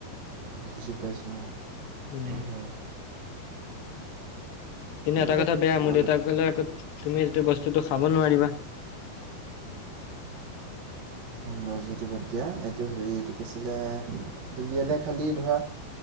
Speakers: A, on the right; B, on the left.
A: বুজি পাইছোঁ
B: উম
A: হয়।
B: কিন্তু
A: এইবিলাক
B: এটা কথা বেয়া মোৰ
A: মানে
B: দেউতাক কলে আকৌ তুমি যিটো বস্ত। টো খাব নোৱাৰিবা।
A: মই যিহেতু ভদিয়া এইটো হেৰি এইটো কৈছিলে উলিয়ালে খালি ধৰা।